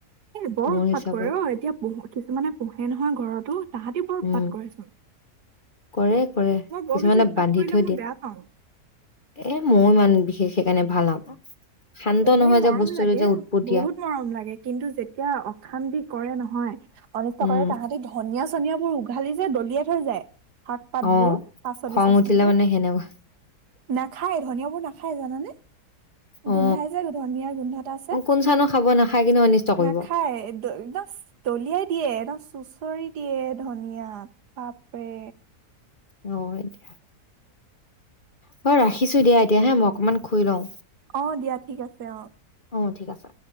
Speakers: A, on the right; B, on the left.
A: এ' বৰ
B: মোৰ
A: উৎপাত
B: হিচাপত
A: কৰে ৰ' এতিয়া পোহ কিছুমানে পোহে নহয় ঘৰতো। তাহাঁতি বৰ উৎপাত
B: উম
A: কৰে।
B: কৰে কৰে
A: মই
B: কিছুমানে
A: বৰ বেছি উৎপাত
B: বান্ধি
A: কৰিলে
B: থৈ
A: মই
B: দিয়ে
A: বেয়া পাওঁ।
B: এ' মই ইমান বিশেষ সেইকাৰণে ভাল নাপাওঁ, শান্ত
A: এনেই
B: নহয়
A: মৰম
B: যে বস্তুটো
A: লাগে
B: যে উৎপটিয়া।
A: বহুত মৰম লাগে, কিন্তু যেতিয়া অশান্তি কৰে নহয় অনিষ্ট
B: উম
A: কৰে তাহাঁতি ধ- নিয়া-চনিয়াবোৰ উঘালি যে দলিয়াই থৈ যায়। শাক-পাতবোৰ
B: অ
A: পাচলি-চাচলিবোৰ।
B: খং উঠিলে মানে সেনেকুৱা
A: নে‌- খায় ধনিয়াবোৰ নাখায় জানানে।
B: অ
A: গোন্ধাই যে ধনিয়াৰ গোন্ধ এটা আছে,
B: অ কোন চানো খাব নাখায় কিন্তু অনিষ্ট কৰিব
A: নাখায় একদম দলিয়াই দিয়ে একদম চুচৰি দিয়ে ধনিয়াত বাপৰে।
B: অঁ', -হয় দিয়া। মই ৰাখিছো দিয়া এতিয়া হাঁ, মই অকণমান শুই লওঁ।
A: অঁ', - দিয়া ঠিক আছে অঁ',।
B: অঁ', - ঠিক আছে।